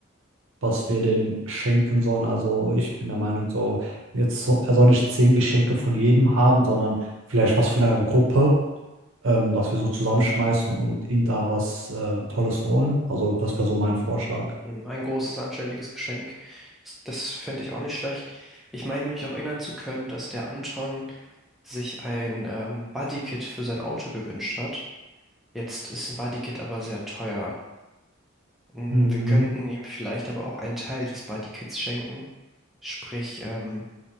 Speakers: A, on the right; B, in the centre.
A: was wir denn schenken sollen. Also ich bin der Meinung, so jetzt so, er soll nicht zehn Geschenke von jedem haben, sondern vielleicht was von der Gruppe, ähm, dass wir so zusammenschmeißen und ihnen da was äh, Tolles holen. Also das wäre so mein Vorschlag.
B: Hm, Ein großes, anständiges Geschenk. Das, das fände ich auch nicht schlecht. Ich meine mich auch erinnern zu können, dass der Anton sich ein ähm, Bodykit für sein Auto gewünscht hat. Jetzt ist ein Bodykit aber sehr teuer. Mm,
A: Mhm.
B: Wir könnten ihm vielleicht aber auch einen Teil des Bodykits schenken, sprich ähm,